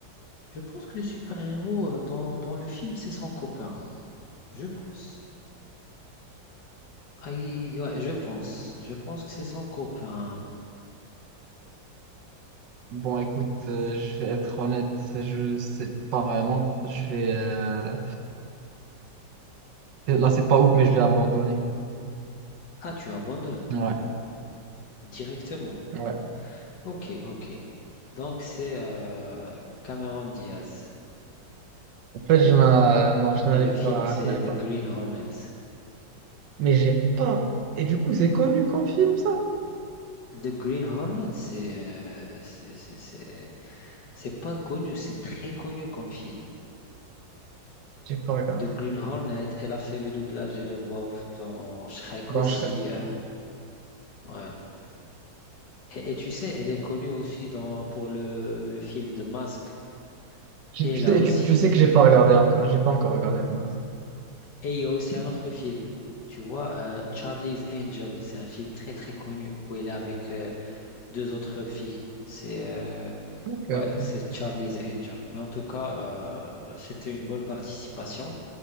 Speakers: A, on the left (about 70°); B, on the right (about 75°).
A: je pense que le super-héros euh, dans, dans le film, c'est son copain. Je pense. Aïe, ouais, je pense. Je pense que c'est son copain.
B: Bon, écoute, euh, je vais être honnête, je sais pas vraiment. Je vais euh, là, c'est pas ouf, mais je vais abandonner.
A: Ah, tu abandonnes
B: Ouais,
A: directement.
B: ouais.
A: Ok, ok. Donc c'est euh, Cameron Diaz.
B: En fait, je n'a- non, je n'allais
A: Et le
B: pas,
A: film, c'est
B: je n'allais pas.
A: The Green
B: attraper.
A: Hornet.
B: Mais j'ai pas. Et du coup, c'est connu comme film, ça?
A: The Green Hornet, c'est euh, c'est c'est- c'est- c'est pas connu, c'est très connu comme film.
B: J'ai pas regardé.
A: The Green Hornet, elle a fait le doublage et la voix off dans Shrek
B: Bon,
A: aussi.
B: je serai-
A: euh, ouais. Et, et tu sais, elle est connue aussi dans, pour le, le film The Mask.
B: J'ai-
A: Et
B: Tu
A: elle
B: sais,
A: a aussi
B: tu, tu
A: fait.
B: sais que j'ai pas regardé encore, j'ai pas encore regardé Thomas.
A: Et il y a aussi un autre film. Tu vois, euh, Charlie's Angel, c'est un film très très connu où elle est avec euh, deux autres filles. C'est euh,
B: Ok, ok.
A: ouais, c'est Charlie's Angel. Mais en tout cas, euh, c'était une bonne participation.